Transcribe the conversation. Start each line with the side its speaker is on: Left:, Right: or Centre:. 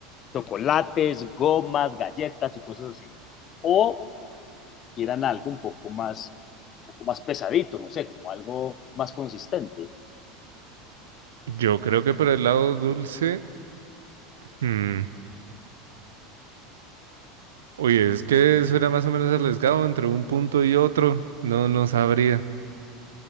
Left: Chocolates, gomas, galletas y cosas así. O quieran algo un poco más, un poco más pesadito, no sé, como algo más consistente.
Right: Yo creo que por el lado dulce... hmm, Uy, es que eso era más o menos arriesgado entre un punto y otro. No, no sabría.